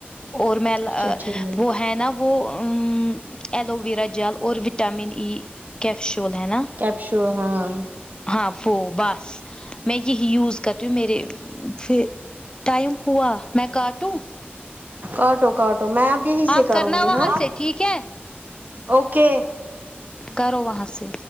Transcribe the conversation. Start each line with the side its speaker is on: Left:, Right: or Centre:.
Left: اور میں
Right: اچھا ٹھیک
Left: وہ ہے نا وہ امم ایلو ویرا جل اور وٹامن ای کیپشول ہے نا
Right: کیپشول ہاں
Left: ہاں وہ بس میں یہی یوز کرتیی ہوں میرے فے ٹائم ہوا میں کاٹوں
Right: کاٹو کاٹو میں اب یہیں سے
Left: آپ
Right: کروں
Left: کرنا
Right: گی
Left: وہاں
Right: ہاں
Left: سے ٹھیک ہے
Right: اوکے
Left: کرو وہاں سے